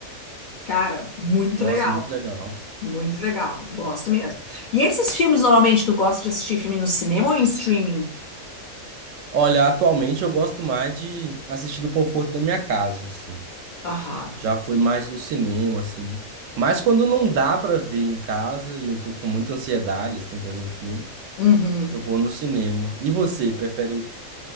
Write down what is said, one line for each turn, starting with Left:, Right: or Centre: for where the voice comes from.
Left: Cara, muito
Right: Nossa,
Left: legal.
Right: muito legal.
Left: Muito legal, gosto mesmo. E esses filmes, normalmente, tu gosta de assistir filme no cinema ou em streaming?
Right: Olha, atualmente eu gosto mais de assistir do conforto da minha casa, assim.
Left: Aham.
Right: Já foi mais do cinema, assim. Mas quando não dá pra ver em casa e eu tô com muita ansiedade, assim, pra ver o filme,
Left: Uhum.
Right: eu vou no cinema. E você, prefere